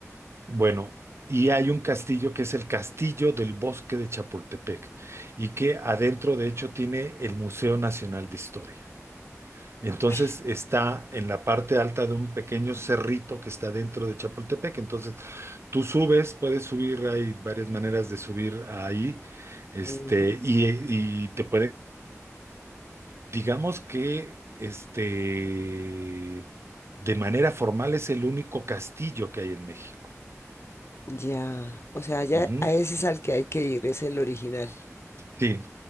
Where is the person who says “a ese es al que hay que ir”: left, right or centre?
Left